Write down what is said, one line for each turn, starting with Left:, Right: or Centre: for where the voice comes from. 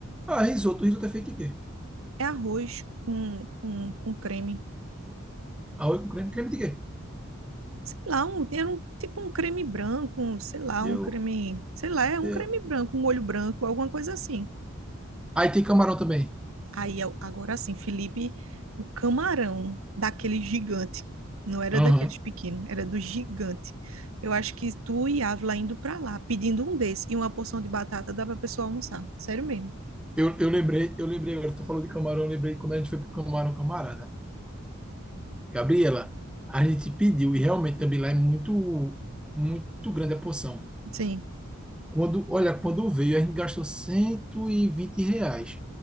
Centre: ah, risoto, risoto é feito de quê?
Right: É arroz com, com, com creme,
Centre: Arroz com creme, creme de quê?
Right: sei lá, um, era um- tipo um creme branco, um, sei lá,
Centre: Eu,
Right: um creme, sei lá, é um
Centre: eu...
Right: creme branco, um molho branco, alguma coisa assim.
Centre: Aí tem camarão também.
Right: Aí, eu- agora sim, Felipe, o camarão daquele gigante, não era
Centre: Aham.
Right: daqueles pequenos, era do gigante. Eu acho que tu e Ávila indo pra lá, pedindo um desse e uma porção de batata, dá pra pessoa almoçar, sério mesmo.
Centre: Eu, eu lembrei, eu lembrei agora, tu falou de camarão, eu lembrei quando a gente foi pro camarão, camarada. Gabriela, a gente pediu e realmente também lá é muito, muito grande a porção.
Right: Sim,
Centre: Quando, olha, quando veio, a gente gastou 120 reais.